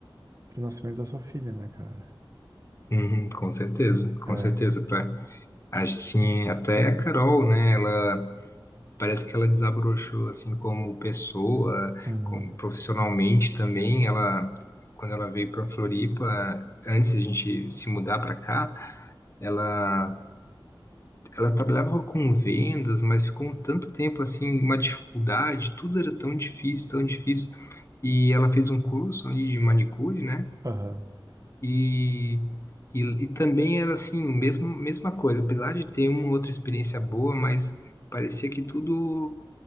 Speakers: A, on the right (about 40°); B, on the left (about 30°).
A: o nascimento da sua filha, né, cara?
B: uhum, com certeza, com
A: É.
B: certeza. Pra, assim, até a Carol, né? Ela Parece que ela desabrochou assim como pessoa,
A: Uhum.
B: como profissionalmente também. Ela, quando ela veio para Floripa, antes de a gente se mudar para cá, ela, ela trabalhava com vendas, mas ficou um tanto tempo assim, uma dificuldade. Tudo era tão difícil, tão difícil. E ela fez um curso ali de manicure, né?
A: Aham.
B: E e, e também era assim, mesmo, mesma coisa, apesar de ter uma outra experiência boa, mas parecia que tudo